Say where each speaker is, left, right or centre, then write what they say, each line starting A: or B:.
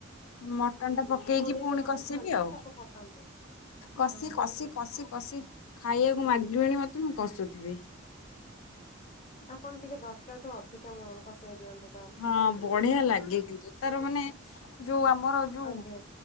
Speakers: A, on the left; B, on the left.
A: ମଟନ ଟା ପକେଇକି
B: ଗୋଳେଇକି
A: ପୁଣି
B: ରଖିଥାନ୍ତି
A: କଷିବି ଆଉ
B: ତାକୁ ପକାନ୍ତେ
A: କଷି
B: ଆଚ୍ଛା
A: କଷି କଷି କଷି ଖାଇବାକୁ ମାଗିବିଣି ମତେ ମୁଁ କଷୁଥିବି।
B: ଆପଣ ଟିକେ ଦରକାରଠୁ ଅଧିକା କଷେଇ ଦିଅନ୍ତୁ।
A: ହଁ ବଢିଆ ଲାଗେ କିନ୍ତୁ ତାର ମାନେ ଯୋଉ ଆମର ଯୋଉ
B: ଆଜ୍ଞା